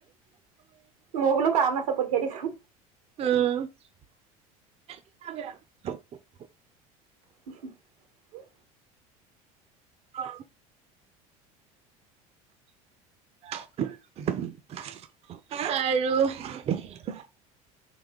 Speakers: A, on the right (about 85°); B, on the right (about 35°).
A: মোৰ বোলো কাম আছে পঠিয়াই দিছো
B: হু এ <unintelligible>
A: উহু হু
B: অ আৰু